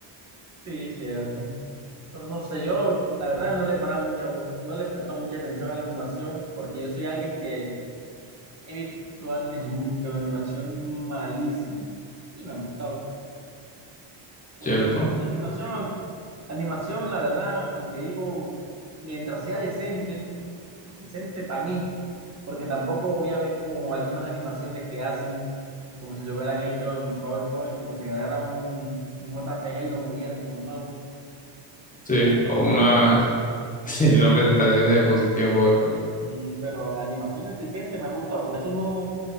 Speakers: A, on the right; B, on the left.
A: sí, cierto. Pero no sé, yo la verdad no le paraba mucha, no le presto mucha atención a la animación, porque yo soy alguien que He visto animes mm, con animación malísima y me han gustado. Por
B: ¿cierto?
A: ende, la animación, aun- animación, la verdad, aunque digo, mientras sea decente, decente para mí, porque tampoco voy a ver como algunas animaciones que hacen, como si lo hubieran hecho en PowerPoint, como si agarraran un, un JPG y lo movieran con el mouse.
B: Sí, o
A: Ah,
B: una, <laughs> sí, una presentación de diapositiva en PowerPoint.
A: mm, pero animaciones decentes me han gustado, por eso no,